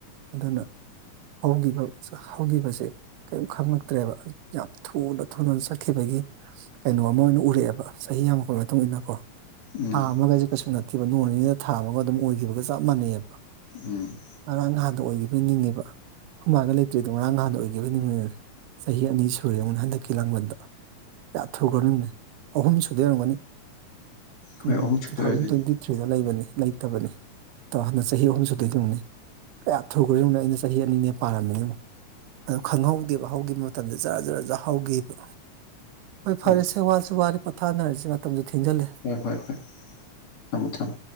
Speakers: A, on the right; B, on the left.
A: ꯑꯗꯨꯅ ꯍꯧꯒꯤꯕ ꯍꯧꯒꯤꯕꯖꯦ꯫ ꯀꯔꯤꯝ ꯈꯪꯉꯛꯇ꯭ꯔꯦꯕ ꯌꯥꯝ ꯊꯨꯅ ꯊꯨꯅ ꯆꯠꯈꯤꯕꯒꯤ ꯀꯩꯅꯣ ꯑꯃ ꯑꯣꯏꯅ ꯎꯔꯛꯑꯦꯕ ꯆꯍꯤ ꯌꯥꯝꯃꯛꯄꯩ ꯃꯇꯨꯡ ꯏꯟꯅ ꯀꯣ
B: ꯎꯝ
A: ꯊꯥ ꯑꯃꯒꯁꯦ ꯀꯩꯁꯨ ꯅꯠꯇꯦꯕ ꯅꯣꯡ ꯅꯤꯅꯤꯗ ꯊꯥ ꯑꯃꯒ ꯑꯗꯨꯝ ꯑꯣꯏꯈꯤꯕꯒ ꯆꯞ ꯃꯥꯟꯅꯩꯑꯕ꯫
B: ꯎꯝ
A: ꯉꯔꯥꯡ ꯅꯍꯥꯟꯗ ꯑꯣꯏꯈꯤꯕꯒꯤ ꯅꯤꯡꯉꯦꯕ ꯍꯃꯥꯒ ꯂꯩꯇ꯭ꯔꯦꯗꯣ ꯉꯔꯥꯡ ꯅꯍꯥꯟꯗ ꯑꯣꯏꯈꯤꯕꯅꯤ ꯆꯍꯤ ꯑꯅꯤ ꯁꯨꯔꯦ ꯑꯃꯛꯅ ꯍꯟꯗꯛꯀꯤ ꯂꯥꯡꯕꯟꯗ ꯀꯌꯥ ꯊꯨꯈ꯭ꯔꯅꫭ ꯌꯦꯡꯉꯨꯅꯦ ꯑꯍꯨꯝ ꯁꯨꯗꯩ ꯑꯣꯏꯔꯝꯒꯅꯤ
B: ꯍꯣꯏ
A: ꯎꯝ
B: ꯑꯍꯨꯝ ꯁꯨꯗꯣꯏꯔꯦ
A: ꯇꯨ ꯊꯥꯎꯖꯟ
B: ꯑꯗꯨꯗꯤ
A: ꯇ꯭ꯋꯦꯟꯇꯤ ꯁꯗ ꯂꯩꯕꯅꯤ ꯂꯩꯇꯕꯅꯤ ꯍꯟꯗ ꯆꯍꯤ ꯑꯍꯨꯝ ꯁꯨꯗꯣꯏꯗꯨꯝꯅꯤ ꯀꯌꯥ ꯊꯨꯒ꯭ꯔꯦ ꯌꯦꯡꯉꯨꯅꯦ ꯑꯩꯅ ꯆꯍꯤ ꯑꯅꯤꯅꯦ ꯄꯥꯔꯝꯃꯤꯅꯦ ꯌꯦꯡꯎ ꯑꯗꯨꯣ ꯈꯪꯍꯧꯗꯦꯕ ꯍꯧꯈꯤꯕ ꯃꯇꯝꯗ ꯖꯔꯥ ꯖꯔ ꯖꯥꯔ ꯍꯧꯈꯤꯕ ꯍꯣꯏ ꯐꯔꯦ
B: ꯎꯝ
A: ꯁꯦ ꯋꯥꯁꯨ ꯋꯥꯔꯤꯔ ꯄꯣꯊꯥꯅꯔꯤꯁꯦ ꯃꯇꯝꯁꯨ ꯊꯦꯡꯖꯜꯂꯦ
B: ꯍꯣꯏ ꯍꯣꯏ ꯍꯣꯏ ꯊꯝꯃꯣ ꯊꯝꯃꯣ꯫